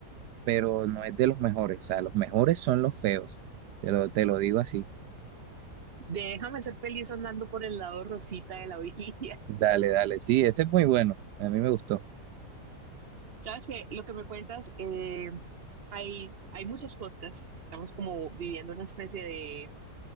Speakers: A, on the right (about 80°); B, on the right (about 40°).
A: pero no es de los mejores, o sea, los mejores son los feos, te lo, te lo digo así.
B: déjame ser feliz andando por el lado rosita de la orilla.
A: Dale, dale, sí, ese es muy bueno, a mí me gustó.
B: <laughs> Sabes que lo que me cuentas, eh, hay, hay muchos podcasts, estamos como viviendo una especie de